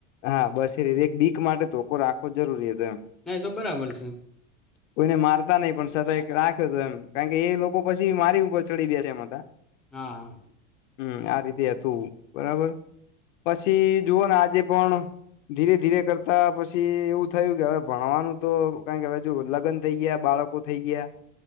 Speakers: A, on the left (about 70°); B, in the centre.
A: હા બસ એ રીતે એક બીક માટે ધોકોો રાખવો જરૂરી હતો એમ
B: ના એ તો બરાબર છે
A: કોઈને મારતા નહી પણ સદ એક રાખ્યો હતોું એમ કારણ કે એ લોકો પછી મારી ઉપર ચડી ગયા છે એમાં હતા
B: હા હા
A: હમ આ રીતે હતું બરાબર. પછી જુઓને આજે પણ ધીરે ધીરે કરતા પછી એવું થયું કે હવે ભણવાનું તો કારણ કે હજુ લગ્ન થઈ ગયા બાળકો થઈ ગયા